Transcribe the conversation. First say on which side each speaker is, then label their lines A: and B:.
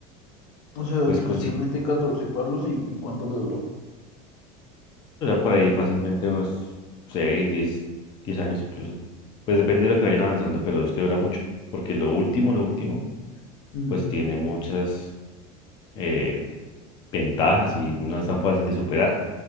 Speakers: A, on the left; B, on the left.
A: O sea,
B: pues
A: que
B: consigue,
A: usted le mete 14 palos y, y ¿cuánto le dura?
B: por ahí fácilmente unos seis diez 10 años incluso. Pues depende de lo que vayan avanzando, pero es que dura mucho, porque lo último, lo último,
A: Mm,
B: pues tiene muchas eh, ventajas y no es tan fácil de superar,